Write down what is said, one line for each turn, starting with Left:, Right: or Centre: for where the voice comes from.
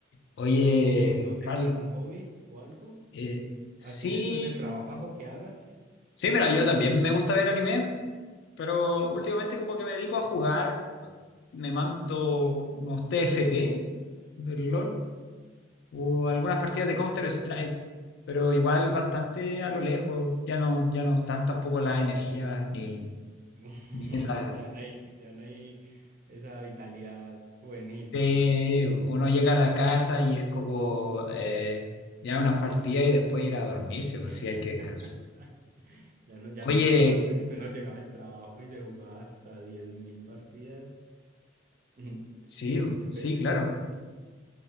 Left: Oye,
Right: ¿Y, y tú, tú tienes
Left: Carl,
Right: algún hobby o algo
Left: eh, sí,
Right: así después del trabajo que hagas?
Left: sí, mira, yo también me gusta ver anime, pero últimamente como que me dedico a jugar, me mando unos T F T del LOL o
Right: Mm,
Left: algunas
Right: Ya.
Left: partidas de Counter-Strike, pero igual bastante a lo lejos, ya no, ya no están tampoco las energías ni,
Right: <laughs>
Left: ni esa...
Right: Ya no hay, ya no hay esa vitalidad juvenil.
Left: eh, uno llega a la casa y es como eh, ya unas partidas y después ir a dormirse, pues
Right: <laughs>
Left: sí, hay que descansar.
Right: Ya no, ya
Left: Oye,
Right: no es como antes, que uno llegaba del trabajo y se jugaba hasta 10.000 partidas. <laughs> Ujú.
Left: sí, sí,
Right: Pe-
Left: claro.
Right: si,